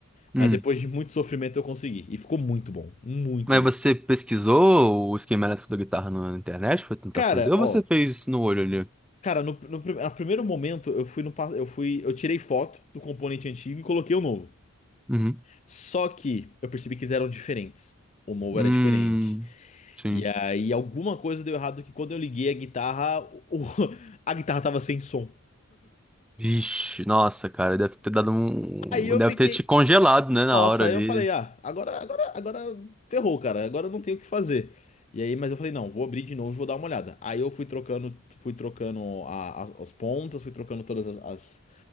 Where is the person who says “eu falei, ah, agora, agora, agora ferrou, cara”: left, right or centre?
Left